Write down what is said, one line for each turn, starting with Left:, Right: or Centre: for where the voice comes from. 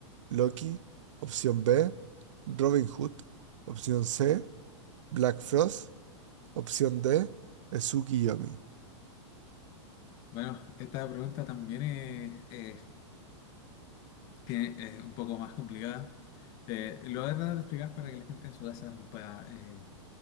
Right: Loki. Opción B, Robin Hood. Opción C, Black Frost. Opción D, Ezuki Yomi.
Left: Bueno, esta pregunta también es, que es un poco más complicada. Eh, lo voy a tratar de explicar para que la gente en su casa me pueda eh,